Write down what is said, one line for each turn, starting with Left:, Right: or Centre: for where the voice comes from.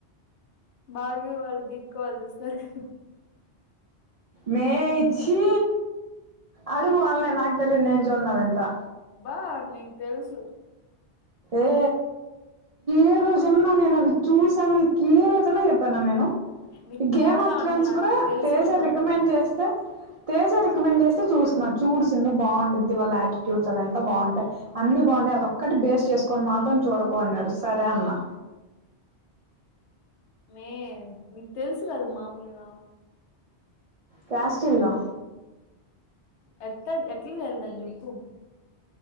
Left: భార్గవి వాళ్ళు దీపికవాల్లు చూస్తారుగ
Right: మే చ్చి అడుగు వాళ్నే నాక్ తెలిదు నేను జున్ అదంతా
Left: బాగ్ నీక్ తెలుసు
Right: ఏ ఏరోజన్నా నేను అవి చూసానని నీకు కిరోజన్నా చెప్పాన నేను
Left: నీకు
Right: ఈ గేమ్
Left: చూడలా
Right: ఆఫ్ ఫ్రెండ్స్
Left: అన్లా
Right: కూడా
Left: నీకు తెలుసు
Right: తేజ
Left: అన్నా
Right: రికమెండ్ చేస్ తేజ రికమెండ్ చేస్తే చూస్తున్నా. చూడు సిందూ బాగుండుద్ది, వాళ్ళ యాటిట్యూడ్స్ అవి అంత బావుంటాయి. అన్ని బాగుడై అదొక్కటి బేస్ చేసుకొని మాత్రం చూడకు అన్యడు సరే అన్నా
Left: మే నీకు తెలుసుగద మాముల్గా
Right: క్యాస్ట్ంద
Left: ఎట్లా ఎట్లకి వెళ్ళదాం చెప్పు